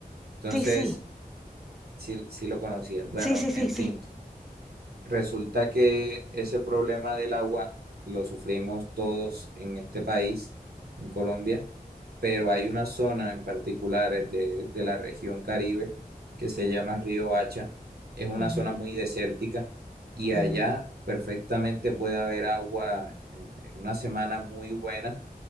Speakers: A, on the right (about 80°); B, in the centre.
A: Entonces,
B: Sí, sí.
A: sí, sí lo conocías. Bueno,
B: Sí, sí,
A: en
B: sí,
A: fin,
B: sí.
A: resulta que ese problema del agua lo sufrimos todos en este país, en Colombia pero hay una zona en particular eh, de, de la región Caribe que se llama Río Hacha. Es una
B: Ujú,
A: zona muy desértica y allá
B: ujú.
A: perfectamente puede haber agua en en una semana muy buena,